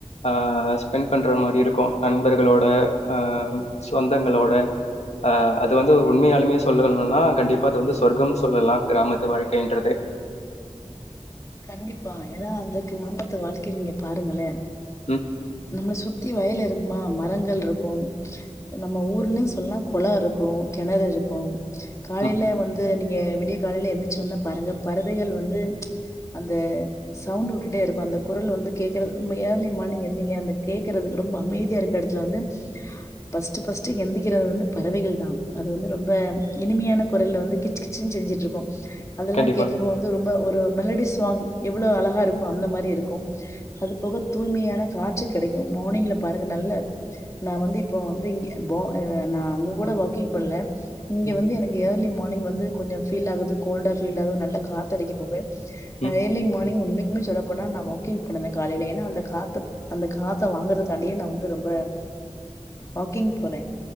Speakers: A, on the left; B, on the left.
A: ஆன் ஸ்பெண்ட் பண்ற மாரி இருக்கும் நண்பர்களோட அ சொந்தங்களோட ஆ அது வந்து உண்மையாலுமே சொல்லணும்னா கண்டிப்பா அது வந்து சொர்க்கம் சொல்லலாம் கிராமத்து வாழ்க்கைன்றது
B: கண்டிப்பா ஏன்னா அந்த கிராமத்து வாழ்க்கைய நீங்க பாருங்களே
A: ம்,
B: நம்மள சுத்தி வயலு மா மரங்கள் இருக்கும் நம்ம ஊர்ன்னு சொல்லலாம் குளம் இருக்கும் கிணறு இருக்கும் காலையில
A: ம்.
B: வந்து நீங்க இங்க விடிய காலைல எந்திரிச்சி வந்து பாருங்க பறவைகள் வந்து அந்த சவுண்ட் விட்டுட்டே இருக்கும் அந்த குரல் வந்து கேக்குறது ரொம்ப இயர்லி மார்னிங் அத கேக்குறதுக்கு ரொம்ப அமைதியா இருக்கற இடத்துல வந்து பர்ஸ்ட் பர்ஸ்ட் எந்திரிக்கிறது வந்து பறவைகள் தான் அது வந்து ரொம்ப இனிமையான குரல்ல வந்து கிச் கிச்சுன்னு செஞ்சுட்டு இருக்கும் அதெல்லாம்
A: கண்டிப்பா.
B: கேட்கும்போது வந்து ரொம்ப ஒரு மெலடிஸ் இல்ல எவ்வளோ அழகா இருக்கும் அந்த மாதிரி இருக்கும் அது போக தூய்மையான காற்று கிடைக்கும் மார்னிங்ல பாருங்க நல்ல நான் வந்து இப்போ வந்துங்க நான் அங்க கூட வாக்கிங் பண்ணல இங்க
A: ம்,
B: வந்து எனக்கு எய்ரிலி மார்னிங் வந்து கொஞ்சம் பீல் ஆகுது கோல்டா பீல் ஆகுது நல்லா காத்து அடிக்க போவேன்
A: ம்.
B: ரெயிலிங் மார்னிங் ஒன்க்கு சொல்ல போனா நான் வாக்கிங் போனந்தேன் காலையில ஏன்னா அந்த கா அந்த காத்த வாங்கறக்காண்டே நான் வந்து ரொம்ப வாக்கிங் போறேன்